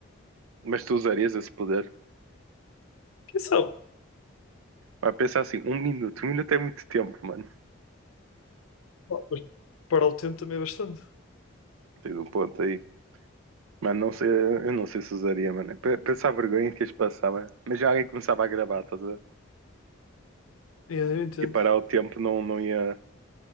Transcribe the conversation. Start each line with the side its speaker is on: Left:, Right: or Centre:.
Right: Mas tu usarias esse poder.
Left: Quem sabe?
Right: Pá, pensa assim, um minuto. Um minuto é muito tempo, mano.
Left: Pá, mas parar o tempo também é bastante.
Right: Tens um ponto aí. Mano, não sei, eu não sei se usaria, mano. P- Pensa a vergonha que ias passar, mano. Mas já alguém começava a gravar, estás a ver?
Left: É, eu entendo.
Right: E parar o tempo não, não ia,